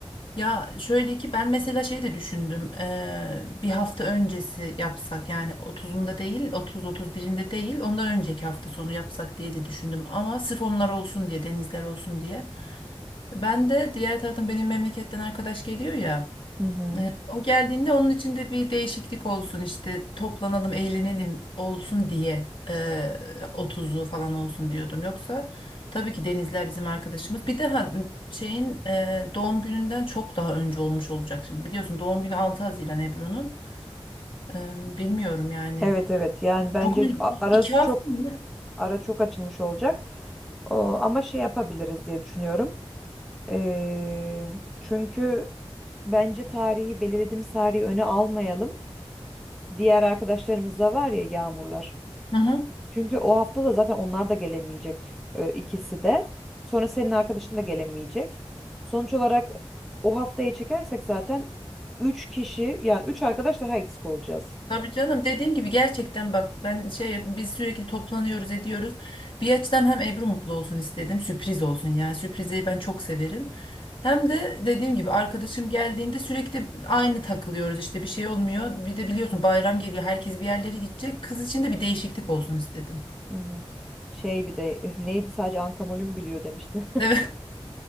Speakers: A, on the left (about 55°); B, in the centre.
A: Ya şöyle ki ben mesela şey de düşündüm. eee, bir hafta öncesi yapsak yani otuzunda değil otuz otuz birinde değil ondan önceki hafta sonu yapsak diye de düşündüm. Ama sırf onlar olsun diye denizler olsun diye. Ben de diğer taraftan benim memleketten arkadaş geliyor ya.
B: Hı hı.
A: O geldiğinde onun içinde bir değişiklik olsun işte toplanalım eğlenelim olsun diye eee 30'u falan olsun diyordum. Yoksa tabii ki Denizler bizim arkadaşımız. Bir de ha- şeyin eee, doğum gününden çok daha önce olmuş olacak. Şimdi biliyorsun doğum günü 6 Haziran Ebru'nun. Eee, bilmiyorum yani.
B: Evet evet yani bence
A: Çok ön-
B: a- arası
A: iki hafta
B: çok
A: mı? ne?
B: ara çok açılmış olacak. O, ama şey yapabiliriz diye düşünüyorum. Eee, çünkü bence tarihi belirlediğimiz tarihi öne almayalım. Diğer arkadaşlarımız da var ya Yağmurlar.
A: Hı hı.
B: Çünkü o hafta da zaten onlar da gelemeyecek e, ikisi de. Sonra senin arkadaşın da gelemeyecek. Sonuç olarak o haftaya çekersek zaten 3 kişi yani 3 arkadaş daha eksik olacağız.
A: Tabii canım dediğim gibi gerçekten bak ben şey biz sürekli toplanıyoruz ediyoruz. Bir açıdan hem Ebru mutlu olsun istedim sürpriz olsun yani sürprizi ben çok severim. Hem de dediğim gibi arkadaşım geldiğinde sürekli aynı takılıyoruz işte bir şey olmuyor. Bir de biliyorsun bayram geliyor herkes bir yerlere gidecek kız için de bir değişiklik olsun istedim.
B: Hı hı. Şey bir de <laughs> neydi sadece Ankamol'ün biliyor demiştin.
A: Evet.